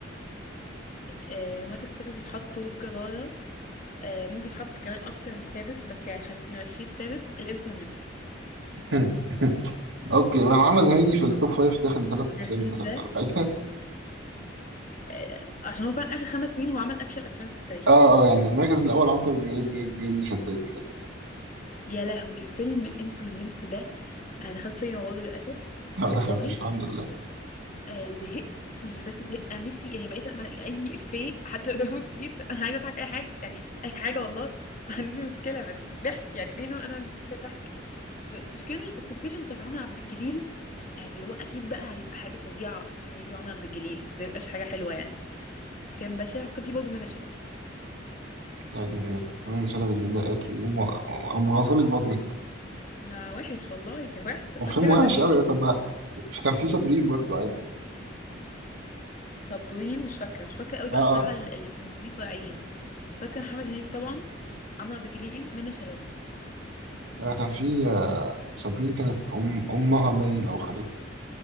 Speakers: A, on the left; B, on the right.
A: آه مركز السادس يتحط وبجدارة آه ممكن يتحط كمان اكتر من السادس بس يعني خلينا نمشيه السادس الانس والنمس
B: <laughs> اوكي ما هو محمد هنيدي في التوب فايف داخل بثلاث
A: الفيلم
B: اسامي مثلاً
A: ده
B: ولا حاجه
A: آه عشان هو فعلا اخر خمس سنين هو عمل افشل افلام في التاريخ
B: اه اه يعني المركز الاول عنتر بن ابن ابن ابن شداد كده كده
A: يا لهوي فيلم الانس والنمس ده انا دخلت سينما برضه للاسف
B: <laughs> ما
A: والله
B: دخلتوش الحمد لله
A: آه زهقت مش بس زهقت انا نفسي يعني بقيت أما ألاقي اي افيه حتى لو دمه تقيل طب انا عايزه اضحك اي حاجه يعني اي حاجه والله <laughs> ما عنديش مشكله بس ضحك يعني اي نوع من انواع الضحك ب- مشكله الابلكيشن بتاعت عمرو عبد الجليل كانت اللي هو اكيد بقى هيبقى حاجه فظيعه محمد هنيدي وعمر عبد الجليل زي مبقاش حاجه حلوه يعني بس كان بشع وكان في برضه منى شلبي
B: يعني كمان شلب اللي مضايقاكي هم غسل لك بطنك
A: ما وحش والله كان وحش طب
B: وفيلم
A: هنا
B: وحش
A: ما تقيل
B: قوي
A: اصلا
B: طب ما كان في صابرين برضو عادي
A: صابرين مش فاكره مش فاكره قوي بقى
B: اه
A: الصراحه ال- الممثلين الطالعين بس فاكره محمد هنيدي طبعا عمرو عبد الجليل منى شلبي
B: اه آه، كان في آه، صابرين كانت أم امها باين او خالتها